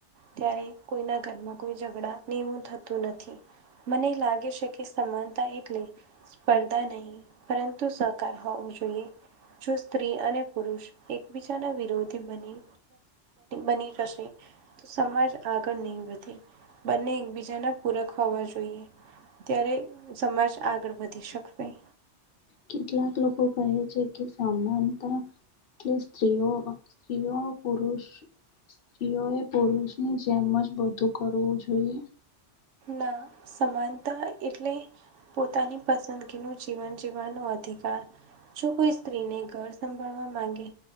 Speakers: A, on the right; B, on the left.
A: ત્યારે કોઈના ઘરમાં કોઈ ઝઘડા ને એવું થતું નથી. મને લાગે છે કે સમાનતા એટલે, સ્પર્ધા નહીં. પરંતુ સહકાર હોવુ જોઈએ. જો સ્ત્રી અને પુરુષ એકબીજાના વિરોધી બની. બની જશે. તો સમાજ આગળ નહી વધી, બંને એકબીજાના પૂરક હોવા જોઈએ. ત્યારે સમાજ આગળ વધી શકશે.
B: કેટલાક લોકો કહે છે કે સમાનતા. એટલે સ્ત્રીઓ સ્ત્રીઓ પુરુષ સ્ત્રીઓએ પુરુષ ની જેમ જ બધું કરવું જોઈએ.
A: ના સમાનતા એટલે પોતાની પસંદગીનું જીવન જીવવાનો અધિકાર. જો કોઈ સ્ત્રીને ઘર સંભાળવા માંગે.